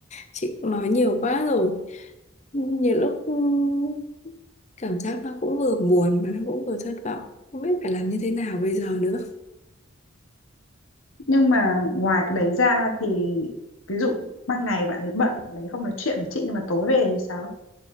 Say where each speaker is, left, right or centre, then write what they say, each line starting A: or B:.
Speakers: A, on the left (about 35°); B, on the left (about 80°).
A: chị cũng nói nhiều quá rồi nhiều lúc ừm, cảm giác nó cũng vừa buồn mà nó cũng vừa thất vọng không biết phải làm như thế nào bây giờ nữa
B: Nhưng mà ngoài cái đấy ra thì ví dụ ban ngày bạn ấy bận bạn ấy không nói chuyện với chị nhưng mà tối về thì sao?